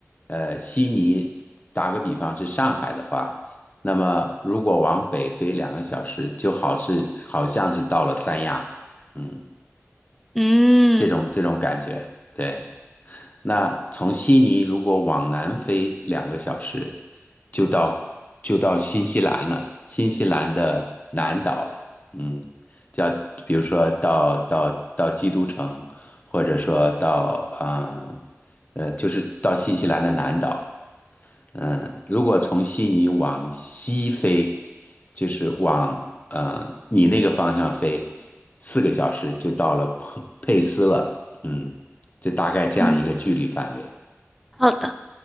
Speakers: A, on the left; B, in the centre.
A: 呃，悉尼打个比方是上海的话，那么如果往北飞两个小时，就好是好像是到了三亚，嗯，
B: 嗯
A: 这种这种感觉，对。那从悉尼如果往南飞两个小时，就到就到新西兰了，新西兰的南岛了，嗯，叫比如说到到到基督城，或者说到啊呃，就是到新西兰的南岛了。嗯，如果从悉尼往西飞，就是往嗯你那个方向飞，四个小时就到了佩佩斯了。嗯，就大概这样一个距离范围。
B: 嗯，好的，